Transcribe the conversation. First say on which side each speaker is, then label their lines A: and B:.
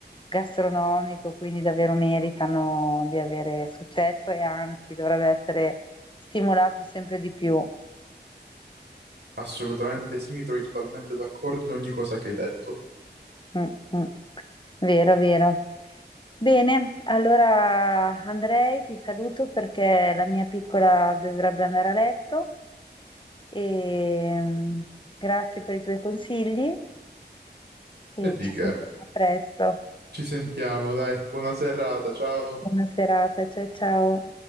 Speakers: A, on the left; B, on the right.
A: gastronomico, quindi davvero meritano di avere successo e anzi dovrebbe essere stimolato sempre di più.
B: Assolutamente sì, mi trovi totalmente d'accordo in ogni cosa che hai detto.
A: Mm, mm. Vero, vero. Bene, allora Andrei ti saluto perché la mia piccola dovrebbe andare a letto e mm, grazie per i tuoi consigli e
B: E di
A: ci
B: che?
A: sentiamo presto.
B: Ci sentiamo, dai, buona serata, ciao.
A: Buona serata, ciao ciao.